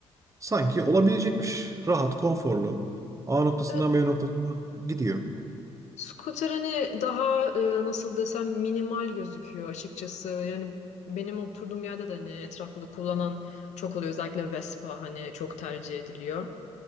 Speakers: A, on the right (about 25°); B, on the left (about 75°).
A: sanki olabilecekmiş. Rahat, konforlu. A noktasından
B: Evet,
A: B noktasına gidiyor.
B: Scooter hani daha e, nasıl desem minimal gözüküyor açıkçası. Yani benim oturduğum yerde de hani etrafında kullanan çok oluyor. Özellikle Vespa hani çok tercih ediliyor.